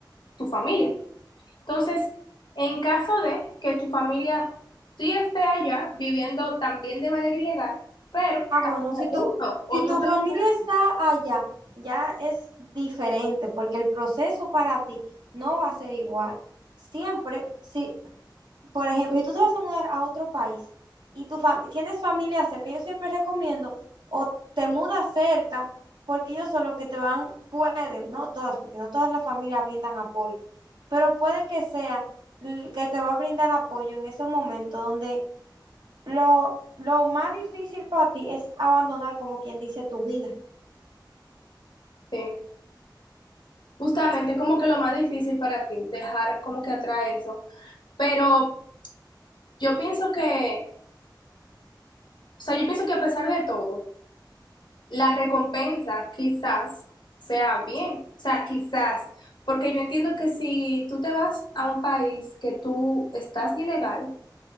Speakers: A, on the left; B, on the right.
A: tu familia. Entonces, en caso de que tu familia sí esté allá viviendo también de manera ilegal, pero están
B: Ah, bueno,
A: como
B: si
A: juntos,
B: tu,
A: o
B: si
A: tú
B: tu
A: crees
B: familia está allá, ya es diferente, porque el proceso para ti no va a ser igual. Siempre, si, por ejemplo, si tú te vas a mudar a otro país y tu fam- tienes familia cerca, yo siempre recomiendo o te mudas cerca, porque ellos son los que te van, pueden, no todas, porque no todas las familias brindan apoyo, pero puede que sea l- que te va a brindar apoyo en ese momento donde lo, lo más difícil para ti es abandonar, como quien dice, tu vida.
A: que sí, justamente como que lo más difícil para ti, dejar como que atrás eso. Pero yo pienso que, o sea, yo pienso que a pesar de todo, la recompensa quizás sea bien, o sea, quizás, porque yo entiendo que si tú te vas a un país que tú estás ilegal,